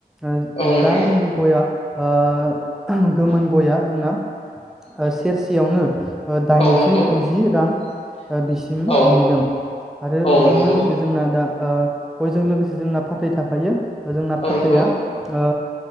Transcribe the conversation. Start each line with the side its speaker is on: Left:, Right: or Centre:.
Centre: ओ
Left: औ नंगौ
Centre: दा जोंनि गया ओ गोमोन गया जोंना ओ सेरसेयावनो ओ दाइनजि
Left: औ नंगौ
Centre: गुजि रां ओ बिसिम
Left: औ
Centre: मोनहैदों आरो
Left: औ
Centre: बेजों
Left: नंगौ
Centre: लोगोसे जोंना दा ओ गयजों लोगोसे जोंना फाथै थाफायो जोंना
Left: औ
Centre: फाथैया
Left: नंगौ
Centre: ओ